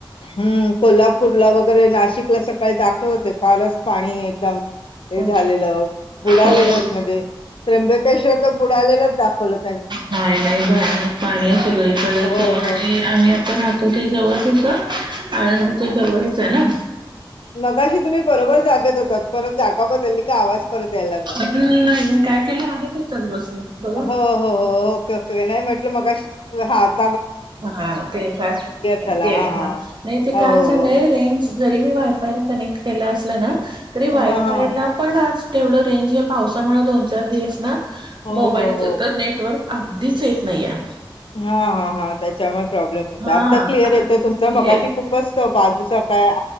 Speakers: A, on the left; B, on the right.
A: हम्म कोल्हापूरला वगैरे नाशिकला सकाळी दाखवत होते. फारच पाणी एकदम हे
B: हो
A: झालेलं बुडालेलंच
B: हो
A: म्हणजे त्रंब केशवर तर बुडालेलाच दाखवलं त्यांनी.
B: नाही नाही भयानक पाणी हे सगळीकडेच
A: हो,
B: आणि
A: हो.
B: आम्ही राहतो जवळच होतं. आळंदिच्या जवळच हाय ना.
A: मगाशी तुम्ही बरोबर जागेत होतात, परत जागा बदलली का आवाज परत याय लागला
B: हम्म, नाही मी काय केलं आहे तिथंच बसले बघा
A: हो हो हो ओके ते नाही म्हटलं मगाशी हा त
B: हा तेच हा
A: झाला.
B: गेलं
A: हां, हां, हां.
B: नाही ते काय
A: हो, हो,
B: चालंय
A: हो.
B: रेंज जरी मी वाय फायला कनेक्ट केलं असल ना तरी वायफायला
A: हां, हां,
B: पण आज तेवढं रेंज हे पावसामुळे दोन चार दिवस ना
A: हो,
B: मोबाईलच
A: हो, हो.
B: तर नेटवर्क अगदीच येत नाहीये.
A: हा हा हा त्याच्यामुळे प्रॉब्लेम होत.
B: हा
A: आता क्लिअर येतोय तुमचा
B: हे
A: मगाशी खूपच बाजूचां काय